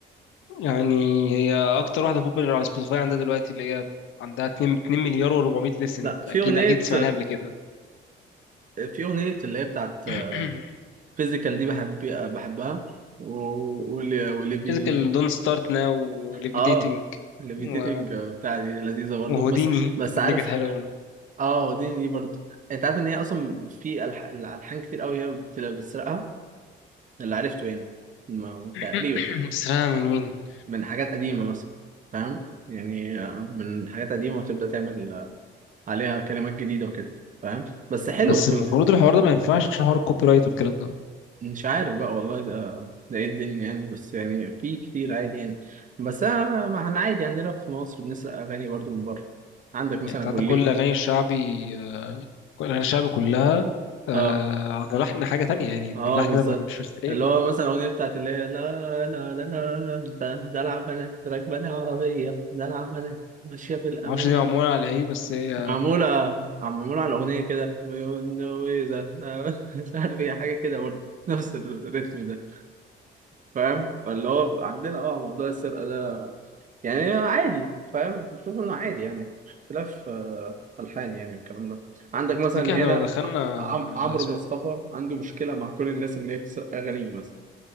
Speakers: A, on the left (about 80°); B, on the right (about 40°).
A: يعني هي اكتر واحده بوبولار على سبوتيفاي عندها دلوقتي اللي هي عندها 2 2 مليار و400 لسن
B: لا
A: فاكيد
B: في اغنيه
A: اكيد سمعناها قبل كده
B: آه، في اغنيه اللي هي بتاعت
A: <clears throat>
B: فيزيكال دي بحب بحبها و- واللي واللي بي
A: فيزيكال دون ستارت ناو وليفيتيتنج
B: اه الليفيتيتنج
A: و...
B: بتاع دي لذيذه برضو
A: وهوديني
B: بس بس عارف
A: هوديني كانت حلوه برضه.
B: اه دي دي برضو انت عارف ان هي اصلا في ألح- الالحان كتير قوي هي بتبقى بتسرقها اللي عرفته يعني ما تقريبا
A: <clears throat> بتسرقها من مين
B: من حاجات قديمة مثلا فاهم يعني آه، من حاجات قديمة وتبدأ تعمل آه، عليها كلمات جديدة وكده فاهم بس حلوة
A: بس
B: بتبقى
A: المفروض الحوار ده ما ينفعش عشان حوار الكوبي رايت والكلام ده
B: مش عارف بقى والله ده ده ايه الدنيا يعني بس يعني في كتير عادي يعني بس آه، ما احنا عادي عندنا في مصر بنسرق أغاني برضو من بره عندك مثلا
A: يعني انت
B: أبو
A: عندك
B: الليف
A: كل الاغاني الشعبي آه، كل الاغاني الشعبي كلها آه،
B: اه
A: على لحن حاجه تانية يعني
B: اه
A: من اللحن
B: بالظبط
A: ده ما كانش مستلقينه
B: اللي هو
A: يعني
B: مثلا الأغنية بتاعت اللي هي لا لا لا لا ده ده العب بنات راكبة لي عربية ده العب بنات ماشية في الأمان
A: ما اعرفش دي معموله على ايه بس هي
B: معمولة معمولة على الأغنية كده وإذا آه، <laughs> مش عارف إيه حاجة كده برضه نفس الريتم ده فاهم فاللي هو بيبقى عندنا اه موضوع السرقة ده يعني عادي فاهم بشوف إنه عادي يعني اختلاف آه، ألحان يعني الكلام ده عندك مثلا
A: تفتكر
B: هنا
A: احنا لو دخلنا
B: عم-
A: على
B: عمرو
A: اسم-
B: مصطفى عنده مشكلة مع كل الناس إن هي بتسرق أغانيه مثلا